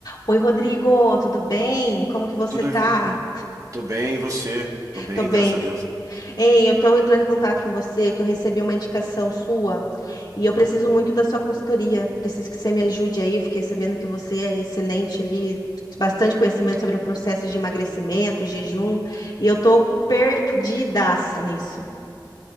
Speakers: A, on the left; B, on the right.
A: Oi, Rodrigo, tudo bem? Como que você
B: Tudo,
A: tá?
B: ju- tô bem, e você? Tô bem,
A: Tô bem.
B: graças a Deus.
A: Ei, eu tô entrando em contato com você que eu recebi uma indicação sua e eu preciso muito da sua consultoria. Preciso que você me ajude aí. Eu fiquei sabendo que você é excelente ali, bastante conhecimento sobre o processo de emagrecimento, jejum, e eu tô perdidaça nisso.